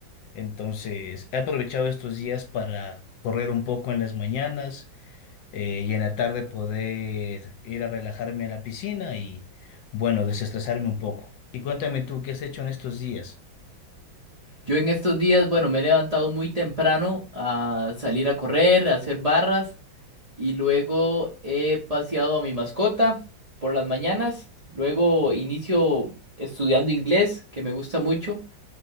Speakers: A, on the left; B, on the right.
A: Entonces, he aprovechado estos días para correr un poco en las mañanas eh, y en la tarde poder ir a relajarme a la piscina y, bueno, desestresarme un poco. Y cuéntame tú, ¿qué has hecho en estos días?
B: Yo en estos días, bueno, me he levantado muy temprano a salir a correr, a hacer barras y luego he paseado a mi mascota por las mañanas. Luego inicio estudiando inglés, que me gusta mucho.